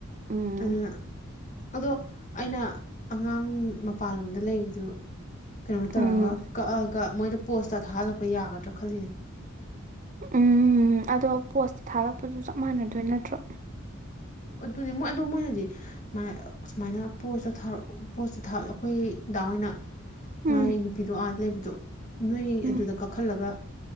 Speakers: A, on the right (about 40°); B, on the left (about 40°).
A: ꯎꯝ
B: ꯑꯗꯨꯅ ꯑꯗꯣ ꯑꯩꯅ ꯑꯉꯥꯡ ꯃꯄꯥꯟꯂꯣꯝꯗ ꯂꯩꯕꯗꯨ ꯀꯩꯅꯣ ꯇꯧꯔꯒ
A: ꯎꯝ
B: ꯀꯛꯑꯒ ꯃꯣꯏꯗ ꯄꯣꯁꯇ ꯊꯥꯍꯜꯂꯛꯄ ꯌꯥꯒꯗ꯭ꯔ ꯈꯜꯂꯤꯅꯦ
A: ꯎꯝ ꯑꯗꯣ ꯄꯣꯁꯇ ꯊꯥꯍꯜꯂꯛꯄꯖꯨ ꯆꯞ ꯃꯥꯟꯅꯗꯣꯏ ꯅꯠꯇ꯭ꯔꯣ
B: ꯑꯗꯨꯅꯤ ꯃꯣꯏ ꯑꯗꯣ ꯃꯣꯏꯅꯗꯤ ꯁꯨꯃꯥꯏꯅ ꯄꯣꯁꯇ ꯊꯥꯔꯛ ꯄꯣꯠꯇ ꯊꯥꯔꯛ ꯑꯩꯈꯣꯏ ꯗꯥ ꯍꯣꯏꯅ ꯃꯥꯏ
A: ꯎꯝ
B: ꯅꯨꯄꯤꯗꯣ ꯑꯥꯗ ꯂꯩꯕꯗꯣ ꯅꯣꯏ
A: ꯎꯝ
B: ꯑꯗꯨꯗ ꯀꯛ ꯈꯜꯂꯒ